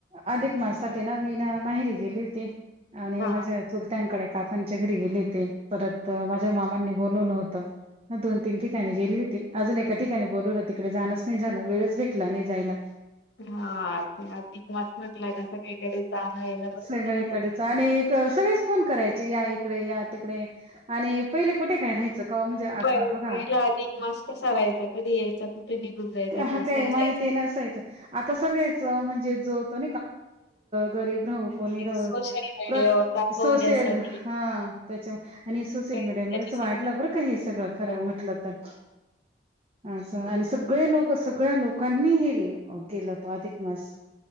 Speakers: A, on the right; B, on the left.
A: अधिक माससाठी ना मी ना माहेरी गेली होते. आणि
B: हा
A: माझ्या चुलत्यांकडे काकांच्या घरी गेले होते परत त माझ्या मामांनी बोलवलं होत त म दोन तीन ठिकाणी गेली होती अजून एका ठिकाणी बोलवलं तिकडे जाणच नाही झालं वेळच भेटला नाही जायला.
B: हा ते अधिक मास म्हटलंय का सगळीकडे जाणं येणं भरपूर
A: सगळीकडेच
B: असतं
A: आणि सगळेच फोन करायचे या तडे या तिकडे आणि पहिले कुठे काय राहायचं. का म्हणजे आता
B: प
A: बघा
B: पहिला अधिक मास कसा राहायचा कधी यायचा कुठे निघून जायचा
A: हा
B: का
A: काय
B: समजायच
A: माहिती नसायचं. आता सगळेच अ, म्हणजे जो होतो कारीब राू कोणी रा
B: सोशल मीडियावर
A: प्र
B: दाखवण्यासाठी
A: सोशल हा त्याच्या आणि सोशल
B: काही
A: मीडियामुळेच
B: त्याच्यासाठी
A: वाढलं बरं का हे सगळं
B: हो
A: खरं म्हटलं तर असं आणि सगळे लोक सगळ्या लोकांनी हे केलं होत अधिक मास.